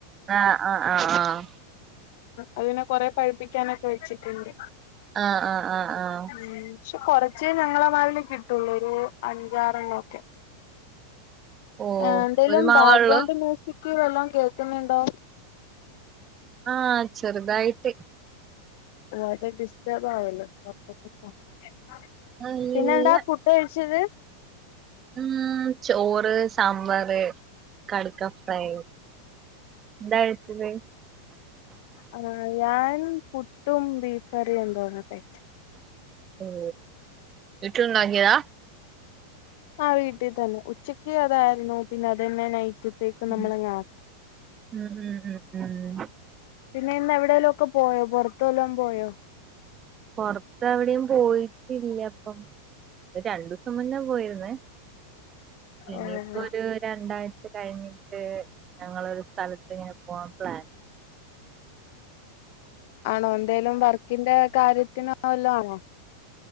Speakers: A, on the right (about 25°); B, on the left (about 50°).
A: ആഹ് ആ ആഹ് ആഹ്
B: അതിനെ കൊറെ പഴുപ്പിക്കാനൊക്കെ വെച്ചിട്ടുണ്ട്
A: ആഹ് ആഹ് ആഹ് ആഹ്
B: ഉം പക്ഷെ കൊറച്ചേ ഞങ്ങളെ മാവിൽ കിട്ടുള്ളൂ ഒരു അഞ്ചാറ എണ്ണം ഒക്കെ
A: ഓ
B: എന്തെേലും
A: ഒരു മാവേള്ളൂ
B: ബാക്ക്ഗ്രൗണ്ട് മ്യൂസിക് വല്ലം കേൾക്കുന്നുണ്ടോ
A: ആഹ് ചെറുതായിട്ട്
B: അത് ഡിസ്റ്റർബ് ആവല്ലോ <inaudible>
A: നല്ല
B: പിന്നെ എന്താ ഫു ഫുഡ് കഴിച്ചത്
A: ഉം ചോറ്, സാമ്പാർ, കടുക്ക ഫ്രൈ എന്താ കയിച്ചത്
B: ആ ഞാൻ പുട്ടും ബീഫ കറിയും എന്തോന്ന കഴിച്ചത്
A: ഉം വീട്ടില് ഉണ്ടാക്കിയതാ
B: ആ വീട്ടിൽ തന്നെ ഉച്ചക്ക് അതായിരുന്നു പിന്നെ അതന്നെ നൈറ്റ് റ്റ്ത്തേക്ക്
A: ഉം
B: നമ്മളങ്ങ് ആക്കി
A: ഉം ഉം ഉം
B: പിന്നെ ഇന്ന് എവിടെയെലും ഒക്കെ പോയോ പുറത്തു വല്ലോംപോയോ
A: പൊറത്ത് അവിടെയും പോയിട്ടില്ല അപ്പം ഒരു രണ്ടു ദിവസം മുന്നെ പോയിരുന്നേ ഇനിയിപ്പോ
B: ഓഹ്
A: ഒരു രണ്ടാഴ്ച കഴിഞ്ഞിട്ട് ഞങ്ങള ഒരു സ്ഥലത്ത് ഇങ്ങനെ പോവാൻ പ്ലാൻ
B: ആണോ എന്തേലും വർക്കിന്റെ കാര്യത്തിനോ വല്ല ആണോ